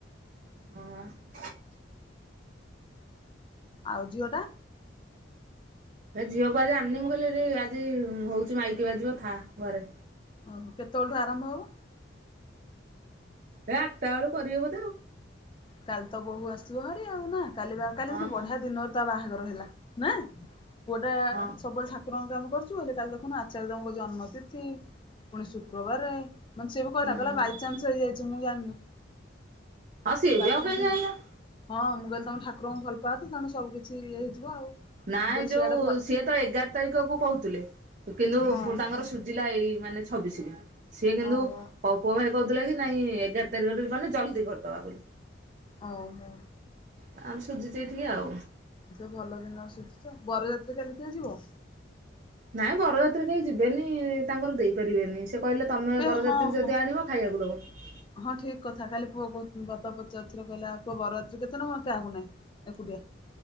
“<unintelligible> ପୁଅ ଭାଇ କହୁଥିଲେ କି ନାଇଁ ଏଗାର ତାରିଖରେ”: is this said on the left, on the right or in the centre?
Right